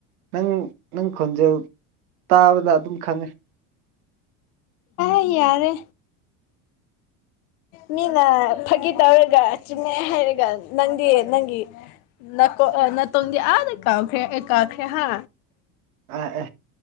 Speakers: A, on the right; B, on the left.
A: ꯅꯪ ꯅꯪ ꯈꯣꯟꯖꯦꯜ ꯇꯥꯕꯗ ꯑꯗꯨꯝ ꯈꯪꯉꯦ
B: ꯑꯥꯏ ꯌꯥꯔꯦ ꯃꯤꯅ ꯐꯥꯒꯤ ꯇꯧꯔꯒ ꯆꯨꯝꯃꯦ ꯍꯥꯏꯔꯒ ꯅꯪꯗꯤ ꯅꯪꯒꯤ ꯅꯀꯣ ꯑ ꯅꯥꯇꯣꯟꯗꯤ ꯑꯗꯥ ꯀꯥꯎꯈ꯭ꯔꯦ ꯑꯦ ꯀꯥꯈ꯭ꯔꯦ ꯍꯥ
A: ꯑꯥ ꯑꯦ